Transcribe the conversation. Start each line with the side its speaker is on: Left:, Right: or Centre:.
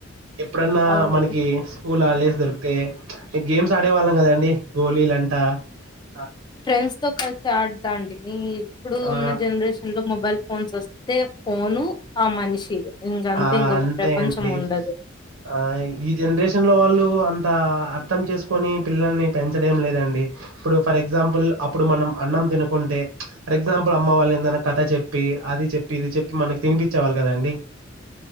Right: ఎప్పుడన్నా
Left: అవు
Right: మనకి స్కూల్ ఆల్డేస్ దొరితే గేమ్స్ ఆడేవాళ్ళం గదండి గోలీ అంటి త
Left: ఫ్రెండ్స్ తో కలిసి ఆడదా అండి మీ ఇప్పుడు
Right: ఆ
Left: ఉన్న జనరేషన్ లో మొబైల్ ఫోన్ చూస్ టే పోను ఆ మనిషి ఇంకంతే
Right: ఆ
Left: ఇంకొక
Right: అంతే
Left: ప్రపంచం
Right: అండి
Left: ఉండదు
Right: ఆ ఈ జనరేషన్ లో వాళ్ళు లు అంత అర్థం చేసుకొని పిల్లల్ని పెంచడం లేదండి ఇప్పుడు ఫర్ ఎగ్జాంపుల్ అప్పుడు మనం అన్నం తినకుంటే ఫర్ ఎగ్జాంపుల్ అమ్మ వాళ్ళు ఏదైనా కథ చెప్పి అది చెప్పి ఇది చెప్పి మనకి తినిపించేవాళ్ళు కదండి